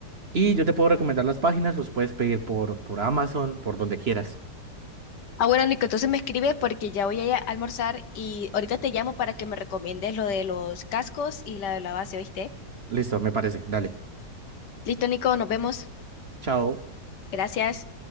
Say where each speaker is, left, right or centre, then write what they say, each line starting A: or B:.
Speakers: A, on the right (about 45°); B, on the left (about 75°).
A: Y yo te puedo recomendar las páginas, los puedes pedir por, por Amazon, por donde quieras.
B: Ah, bueno, Nico, entonces me escribes porque ya voy a ir a almorzar y ahorita te llamo para que me recomiendes lo de los cascos y la de la base, ¿oíste?
A: Listo, me parece. Dale.
B: Listo, Nico, nos vemos.
A: Chao.
B: Gracias.